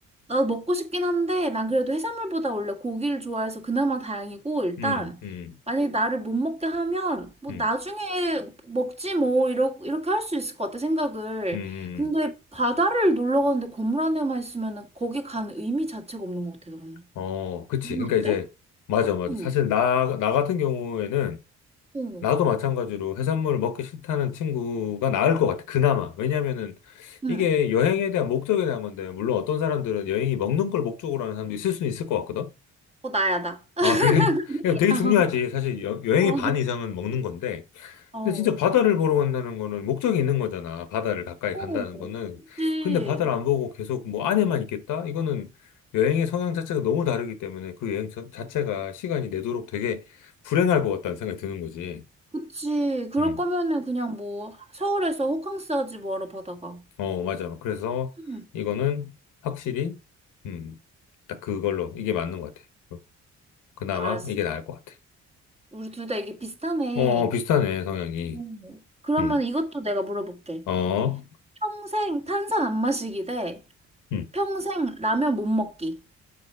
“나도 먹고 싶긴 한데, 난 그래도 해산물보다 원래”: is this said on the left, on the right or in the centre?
Right